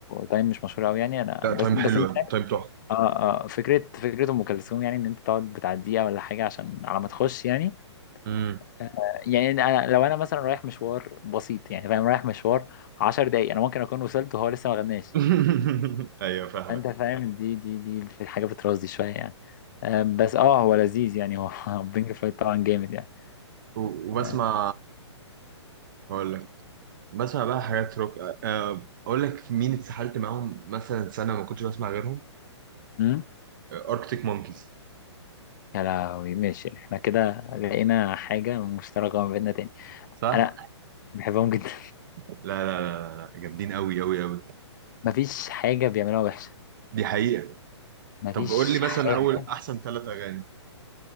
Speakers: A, on the left; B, on the right.
A: تايم مش مشهور أوي يعني أنا
B: لا
A: بس
B: تايم
A: بس
B: حلوه
A: اه
B: تايم تحفه
A: اه فكرة فكرة ام كلثوم يعني ان انت تقعد بتاع دقيقة ولا حاجة عشان على ما تخش يعني
B: مم.
A: آه، يعني انا لو انا مثلا رايح مشوار بسيط يعني فاهم رايح مشوار عشر دقايق انا ممكن اكون وصلت وهو لسه ما غناش
B: <laughs> ايوه فاهمك
A: فانت فاهم دي دي دي حاجة بترازي شوية يعني آه، بس اه هو لذيذ يعني هو <laughs> بينك فلويد طبعا جامد يعني
B: و- وبسمع
A: آه،
B: هقول لك بسمع بقى حاجات روك آه، آه، اقول لك مين اتسحلت معاهم مثلا سنه ما كنتش بسمع غيرهم
A: امم
B: اركتيك مونكيز
A: يا لهوي ماشي احنا كده لقينا حاجة مشتركة ما بيننا تاني
B: صح
A: انا بحبهم جدا
B: لا لا لا لا لا، جامدين قوي قوي قوي
A: <laughs> مفيش حاجة بيعملوها وحشة
B: دي حقيقة
A: مفيش
B: طب قول لي مثلا
A: حاجة
B: اول احسن ثلاث اغاني